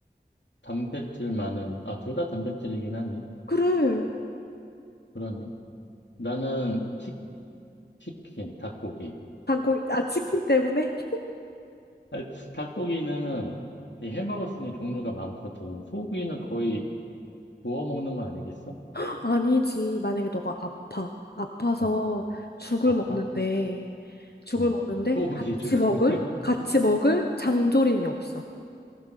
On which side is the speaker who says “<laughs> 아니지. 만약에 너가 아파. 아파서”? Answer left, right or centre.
Left